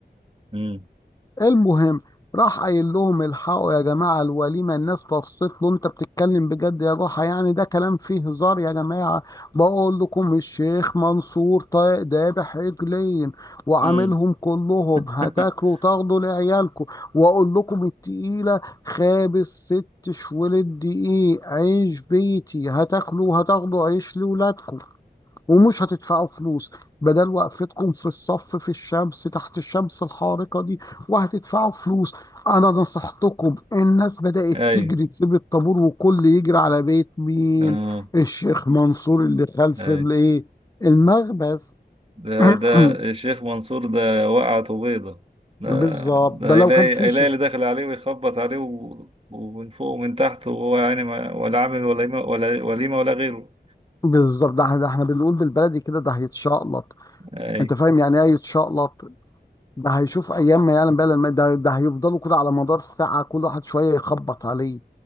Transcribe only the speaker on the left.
المهم راح قايل لهم الحقوا يا جماعة الوليمة الناس بصت له انت بتتكلم بجد يا جحا يعني ده كلام فيه هزار يا جماعة بقول لكم الشيخ منصور طا- ذابح عجلين وعاملهم
كلهم هتاكلوا
وتاخدوا لعيالكم واقول لكم التقيلة خابز ست شوال الدقيق عيش بيتي هتاكلوا وهتاخدوا عيش لولادكم ومش هتدفعوا فلوس بدل وقفتكم في الصف في الشمس تحت الشمس الحارقة دي وهتدفعوا فلوس أنا نصحتكم الناس بدأت
تجري تسيب الطابور وكل يجري على بيت مين
الشيخ منصور اللي خلف
الإيه المخبز
<clears throat>
بالظبط
ده
لو كان في
شك
بالظبط ده احنا ده احنا بنقول بالبلدي كده ده هيتشقلط
انت فاهم يعني ايه يتشقلط ده هيشوف ايام ما يعلم بقى ده, ده هيفضلوا كده على مدار ساعة كل واحد شوية يخبط عليه